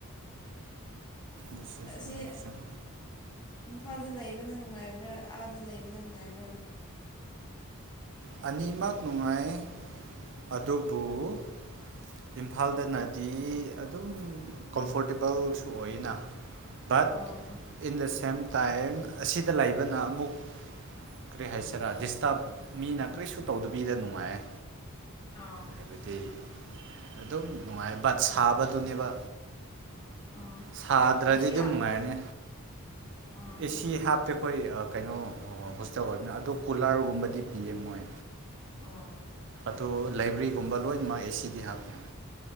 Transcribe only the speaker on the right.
ꯕꯤꯁꯦꯁ
ꯃꯔ <unintelligible>
ꯑꯅꯤꯃꯛ ꯅꯨꯡꯉꯥꯏ ꯑꯗꯨꯕꯨ ꯏꯝꯐꯥꯜꯗꯅꯗꯤ ꯑꯗꯨꯝ ꯀꯣꯝꯐꯣꯔꯇꯦꯕꯜꯁꯨ ꯑꯣꯏꯌꯦꯅ꯫ ꯕꯠ
ꯏꯟ ꯗꯥ ꯁꯦꯝ ꯇꯥꯏꯝ ꯑꯁꯤꯗ ꯂꯩꯕꯅ ꯑꯃꯨꯛ ꯀꯔꯤ ꯍꯥꯏꯁꯤꯔꯥ ꯗꯤꯁꯇꯕ ꯃꯤꯅ ꯀꯔꯤꯁꯨ ꯇꯧꯗꯕꯤꯗ ꯅꯨꯡꯉꯥꯏꯌꯦ
ꯍꯥꯏꯕꯗꯤ ꯑꯗꯨꯝ ꯅꯨꯡꯉꯥꯏ ꯕꯠ ꯁꯥꯕꯗꯨꯅꯦꯕ
ꯁꯥꯗ꯭ꯔꯗꯤ
ꯑꯗꯨꯝ
ꯅꯨꯡꯉꯥꯏꯔꯅꯤ
ꯑꯦꯁꯤ
ꯍꯥꯞꯇꯦ ꯑꯩꯈꯣꯏ ꯑꯥ ꯀꯩꯅꯣ ꯍꯣꯁꯇꯦꯜ ꯑꯣꯏꯕꯅ ꯑꯗꯣ ꯀꯨꯂꯥꯔꯒꯨꯝꯕꯗꯤ ꯄꯤꯑꯦꯝ ꯃꯣꯏ
ꯑꯗꯨ ꯂꯥꯏꯕ꯭ꯔꯤꯒꯨꯝꯕ ꯂꯣꯏꯅꯃꯛ ꯑꯦꯁꯤꯗꯤ ꯍꯥꯞꯄꯦ